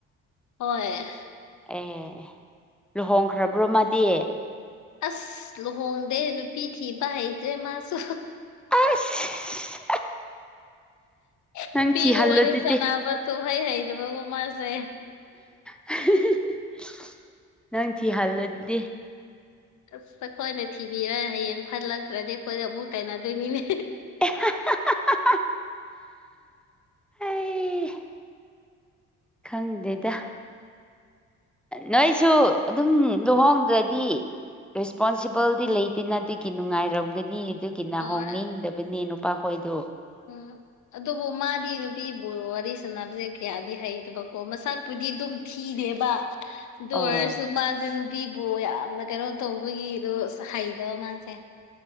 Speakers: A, on the left (about 45°); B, in the centre.
A: ꯍꯣꯏ
B: ꯑꯦ ꯂꯨꯍꯣꯡꯈ꯭ꯔꯕ꯭ꯔꯣ ꯃꯥꯗꯤ
A: ꯑꯁ ꯂꯨꯍꯣꯡꯗꯦ ꯅꯨꯄꯤ ꯊꯤꯕ ꯍꯩꯇ꯭ꯔꯦ ꯃꯥꯁꯨ
B: ꯑꯁ <unintelligible> ꯅꯪ
A: ꯅꯨꯄꯤꯕꯨ
B: ꯊꯤꯍꯜꯂꯣ
A: ꯋꯥꯔꯤ
B: ꯑꯗꯨꯗꯤ
A: ꯁꯥꯅꯕ ꯁꯨꯡꯍꯩ ꯍꯩꯗꯕꯒꯣ ꯃꯥꯁꯦ
B: <unintelligible> ꯅꯪ ꯊꯤꯍꯜꯂꯗꯤ
A: ꯑꯁ ꯑꯩꯈꯣꯏꯅ ꯊꯤꯕꯤꯔ ꯍꯌꯦꯡ ꯐꯠꯂꯛꯇ꯭ꯔꯗꯤ ꯑꯩꯈꯣꯏꯗ ꯑꯃꯨꯛ ꯇꯥꯏꯅꯗꯣꯏꯅꯤꯅꯦ
B: <unintelligible> ꯑꯩ ꯈꯪꯗꯦꯗ ꯅꯣꯏꯁꯨ ꯑꯗꯨꯝ ꯂꯨꯍꯣꯡꯗ꯭ꯔꯗꯤ ꯔꯦꯁꯄꯣꯟꯁꯤꯕꯜꯗꯤ ꯂꯩꯇꯦꯅ ꯑꯗꯨꯒꯤ ꯅꯨꯡꯉꯥꯏꯔꯝꯒꯅꯤ ꯑꯗꯨ ꯀꯤꯅꯥ
A: ꯍꯣꯏ
B: ꯍꯣꯡꯅꯤꯡꯗꯕꯅꯤ ꯅꯨꯄꯥꯈꯣꯏꯗꯨ
A: ꯎꯝ ꯑꯗꯨꯕꯨ ꯃꯥꯗꯤ ꯅꯨꯄꯤꯕꯨ ꯋꯥꯔꯤ ꯁꯥꯟꯅꯕꯁꯦ ꯀꯌꯥꯗꯤ ꯍꯩꯇꯕꯀꯣ ꯃꯁꯥ ꯨꯄꯨꯗꯤ ꯑꯗꯨꯝ ꯊꯤꯔꯦꯕ ꯗꯨ
B: ꯑꯣ
A: ꯑꯣꯏꯔꯁꯨ ꯃꯥꯁꯦ ꯅꯨꯄꯤꯕꯨ ꯌꯥꯝꯅ ꯀꯩꯅꯣ ꯇꯧꯕꯒꯤꯗꯣ ꯑꯁ ꯍꯩꯇꯕ ꯃꯥꯁꯦ